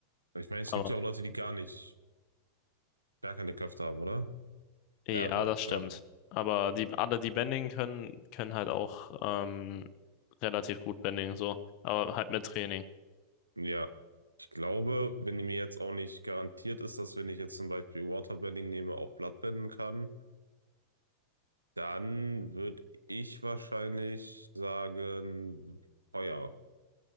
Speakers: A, on the right; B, on the left.
A: Ich meine,
B: Aber
A: es gibt ja auch Leute, die gar nicht, gar keine Kräfte haben, oder?
B: ja,
A: Ja, doch,
B: das stimmt.
A: klar.
B: Aber die, alle, die Bending können, können halt auch ähm, relativ gut Bending, so. Aber halt mit Training.
A: Ja. Ich glaube, wenn mir jetzt auch nicht garantiert ist, dass wenn ich jetzt zum Beispiel Waterbending nehme, auch Bloodbenden kann, dann würde ich wahrscheinlich sagen, Feuer.